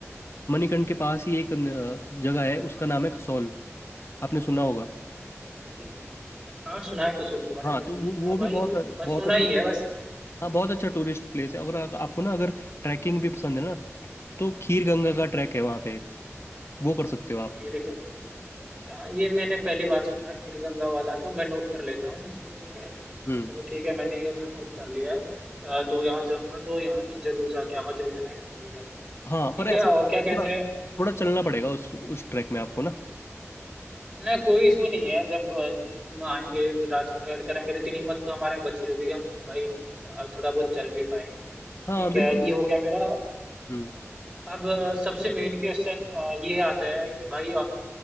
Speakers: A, on the left; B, on the right.
A: मणिकर्ण के पास ही एक न- जगह है उसका नाम है कसौल आपने सुना होगा
B: ठीक। हाँ सुना है कसोल के बारे
A: हाँ
B: में बिल्कुल
A: तो वो
B: सुना
A: वो
B: है भाई
A: भी बहुत
B: पर
A: बहुत
B: सुना
A: अच्छा
B: ही है बस
A: हाँ बहुत अच्छा टूरिस्ट प्लेस है अगर आ, आपको ना अगर ट्रैकिंग भी पसंद है ना तो खीर गंगा
B: हम्म
A: का ट्रैक है वहाँ पे एक वो कर सकते हो आप
B: खीर गंगा हाँ ये मैंने पहली बार सुना खीर गंगा वाला तो मैं नोट कर लेता हूँ इसको ठीक है
A: हम्म
B: चलो ठीक है मैंने ये ना नोट कर लिया है अ, तो यहाँ जाऊंगा तो यहाँ भी जरूर जाके आऊंगा जब इतना ही नजदीक है तो
A: हाँ
B: ठीक
A: पर ऐसा
B: है और
A: थोड़ा
B: क्या कहते हैं
A: थोड़ा चलना पड़ेगा उस उस ट्रैक में आपको ना
B: ना कोई इशू नहीं है जब अ, हम आएंगे रात को ट्रैवल करेंगे तो इतनी हिम्मत तो हमारे में बची होगी कि हम भाई अ, थोड़ा बहुत चल भी पाए
A: हाँ
B: ठीक
A: बिल्कुल
B: है ये हो गया मेरा
A: हम्म
B: अब अ, सबसे मेन क्वेश्चन ये आता है कि भाई